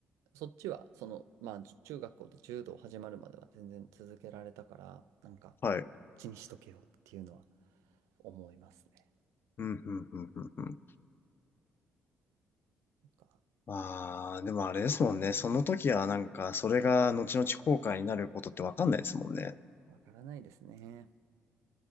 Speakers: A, on the right (about 80°); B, on the left (about 45°).
A: そっちは、その、まあ、じ中学校で柔道始まるまでは全然続けられたから、なんか、
B: はい。
A: こっちにしとけよっていうのは思いますね。
B: うん、うん、うん、うん。うん
A: なんか、
B: まあ、でもあれですもんね。その時はなんか、それが後々後悔になることってわかんないですもんね。
A: わからないですね。